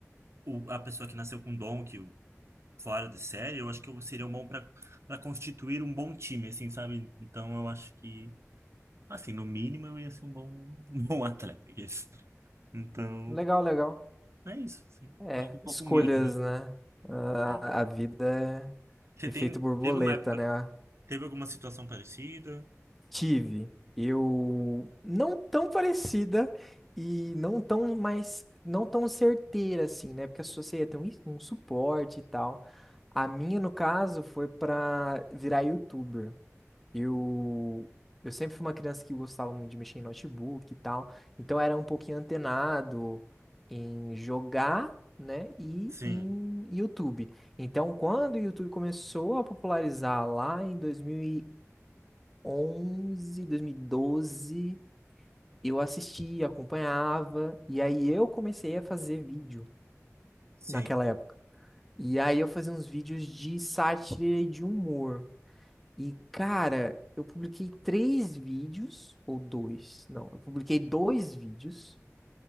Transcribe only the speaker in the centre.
Legal, legal.
É,
escolhas,
né? A,
a vida
é
efeito borboleta,
né?
Tive. Eu não tão parecida e não tão mais, não tão certeira assim, né? Porque a sua seria ter um, um suporte e tal. A minha, no caso, foi pra virar youtuber. Eu eu sempre fui uma criança que gostava muito de mexer em notebook e tal, então era um pouquinho antenado em jogar, né, e
em YouTube. Então, quando o YouTube começou a popularizar lá em 2000 2011, 2012, eu assistia, acompanhava, e aí eu comecei a fazer vídeo
naquela época. E aí eu fazia uns vídeos de sátira e de humor. E, cara, eu publiquei três vídeos, ou dois, não, eu publiquei dois vídeos.